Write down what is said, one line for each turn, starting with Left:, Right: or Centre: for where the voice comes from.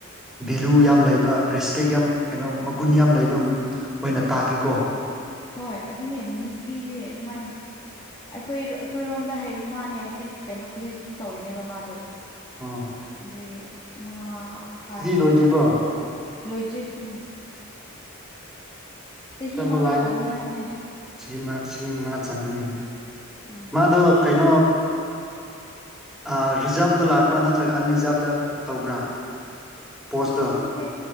Centre: ꯚꯦꯂꯨ ꯌꯥꯝ ꯂꯩꯕ ꯔꯦꯁꯄꯦꯛ ꯌꯥꯝ ꯀꯩꯅꯣ ꯃꯒꯨꯟ ꯌꯥꯝ ꯂꯩꯕ ꯑꯣꯏꯅ ꯇꯥꯒꯦꯀꯣ
Left: ꯍꯣꯏ ꯑꯗꯨꯅꯦ ꯅꯨꯄꯤꯗꯤ ꯑꯗꯨꯃꯥꯏꯟ ꯑꯈꯣꯏ ꯑꯈꯣꯏꯔꯣꯝꯗ ꯍꯥꯏꯔꯗꯤ ꯃꯥꯅꯦ ꯍꯧꯖꯤꯛ ꯀꯩꯅꯣ ꯄꯤ ꯑꯩꯩꯁ ꯗꯤꯁꯨ ꯇꯧꯔꯤꯅꯦꯕ ꯃꯥꯗꯣ
Centre: ꯑꯝ
Left: ꯗꯤ ꯃꯥ ꯍꯥꯏ
Centre: ꯂꯣꯏꯗ꯭ꯔꯤꯕꯣ
Left: ꯂꯣꯏꯗ꯭ꯔꯤ ꯎꯝ ꯆꯍꯤ
Centre: ꯀꯔꯝꯕ
Left: ꯃꯉꯥ
Centre: ꯂꯥꯏꯟꯗ
Left: ꯇꯧꯒꯅꯤ ꯍꯥꯏꯕꯅꯦ
Centre: ꯆꯍꯤ ꯃꯉꯥ ꯆꯍꯤ ꯃꯉꯥ ꯆꯪꯕꯅꯤ ꯍꯣꯏ
Left: ꯎꯝ
Centre: ꯃꯥꯗꯣ ꯀꯩꯅꯣ ꯑꯥꯔꯤꯖꯥꯕꯇ ꯂꯥꯛꯄ꯭ꯔꯥ ꯅꯠꯇ꯭ꯔꯒ ꯑꯟꯔꯤꯖꯥꯕꯇ ꯇꯧꯕ꯭ꯔꯥ ꯄꯣꯁꯇꯣ
Left: ꯈꯪꯗꯦ